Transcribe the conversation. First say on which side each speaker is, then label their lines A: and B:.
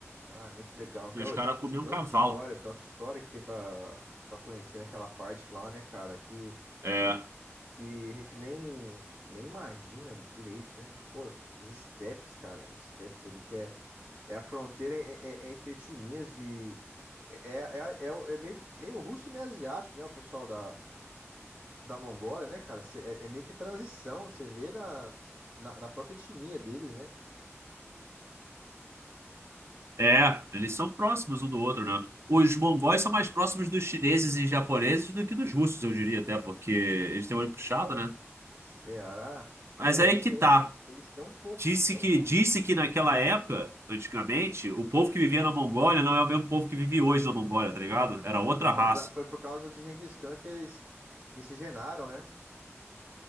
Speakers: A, on the right (about 25°); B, on the right (about 60°).
A: Ah, é muito legal. Cara,
B: E os caras
A: tanta,
B: comiam
A: tanta
B: cavalo.
A: história, tanta história que tem pra, pra conhecer naquela parte lá, né, cara? Que
B: É,
A: que a gente nem, nem imagina direito, né? Pô, os estepes, cara, estepes ali que é, é a fronteira é, é- é entre etnias de. É, é, é, é é meio, meio russo e meio asiático, né? O pessoal da, da Mongólia, né, cara? Cê- É, é meio que transição, você vê na, na, na própria etnia deles, né?
B: é, eles são próximos um do outro, né? Os mongóis são mais próximos dos chineses e japoneses do que dos russos, eu diria até, porque eles têm o olho puxado, né?
A: Ceará.
B: Mas
A: É, mas
B: é
A: eles
B: aí que
A: têm,
B: tá.
A: eles têm um pouco,
B: Disse
A: têm
B: que,
A: um pouco
B: disse
A: de russo,
B: que naquela
A: né?
B: época, antigamente, o povo que vivia na Mongólia não é o mesmo povo que vive hoje na Mongólia, tá ligado? Era outra
A: Foi por
B: raça.
A: causa, foi por causa de Genghis Khan que eles miscigenaram, né?